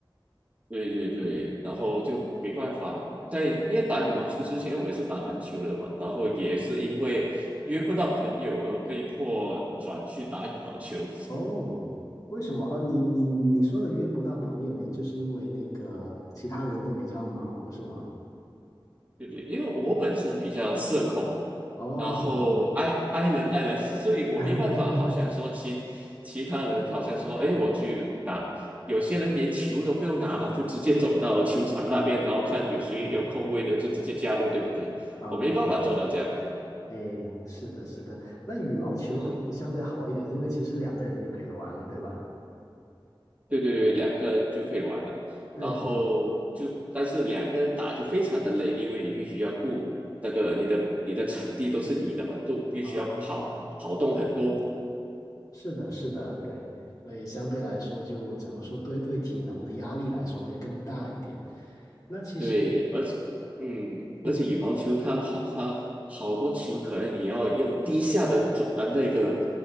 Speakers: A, on the right; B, on the left.
A: 对对对，然后就没办法在，因为打羽毛球之前我也是打篮球的嘛，然后也是因为约不到朋友而被迫转去打羽毛球。
B: 哦，为什么？哦，你你你说的约不到朋友，也就是因为那个其他人都比较忙，是吗？
A: 对不对，因为我本身比较社恐，
B: 哦，
A: 然后 i i 人 i 人，<laughs> 所以我没办法，
B: <laughs>
A: 好像说其其他人好像说，哎，我去拿，有些人连球都不用拿嘛，就直接走到球场那边，然后看有谁有空位的就直接加入，
B: 对，
A: 对不对？
B: 啊，
A: 我没办法做到这样，
B: 哎，是的，是的，那羽毛球可能相对好一点，
A: 嗯，
B: 因为其实两个人就可以玩，对吧？
A: 对对对，两个人就可以玩了，
B: 对对，
A: 然后就但是两个人打就非常的累，因为你必须要顾那个你的你的场地都是你的嘛，都必须要跑跑动很多。
B: 啊，是的，是的，对，所以相对来说就怎么说，对对体能的压力来说会更大一点。那其实，
A: 对，而且嗯，而且羽毛球它好，
B: 嗯，
A: 它好多球可能你要用低下的转呃那个